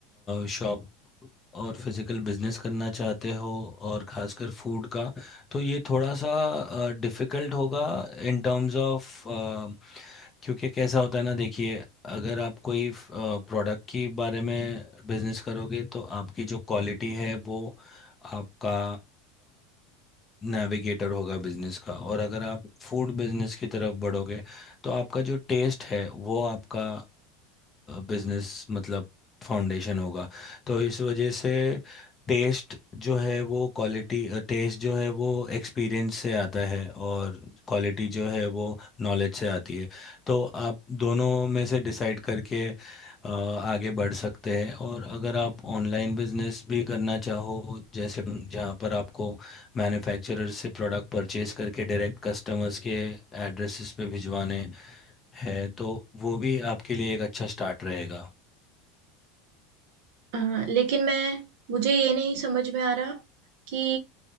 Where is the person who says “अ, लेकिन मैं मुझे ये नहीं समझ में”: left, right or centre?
Right